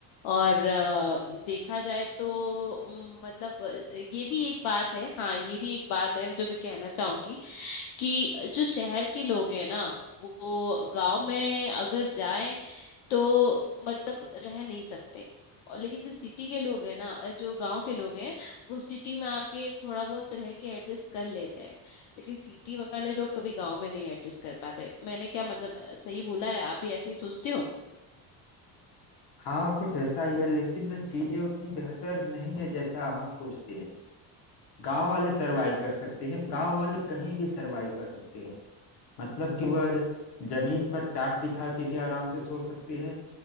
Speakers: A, on the left; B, on the left.
A: और अ, देखा जाए तो उम, मतलब अ, ये भी एक बात है हाँ ये भी एक बात है जो मैं कहना चाहूंगी कि जो शहर के लोग हैं ना वो गांव में अगर जाएं तो मतलब रह नहीं सकते और लेकिन जो सिटी के लोग हैं ना अ, जो गांव के लोग हैं वो सिटी में आके थोड़ा बहुत रह के एडजस्ट कर लेते हैं लेकिन सिटी वाले लोग कभी गांव में नहीं एडजस्ट कर पाते मैंने क्या मतलब अ, सही बोला है आप भी ऐसे ही सोचते हो
B: हाँ कुछ ऐसा ही है लेकिन चीजें उतनी बेहतर नहीं है जैसा हम सोचते हैं गांव वाले सरवाइव कर सकते हैं गांव वाले कहीं भी सरवाइव कर सकते हैं मतलब कि वह जमीन पर टाट बिछा के भी आराम से सो सकते हैं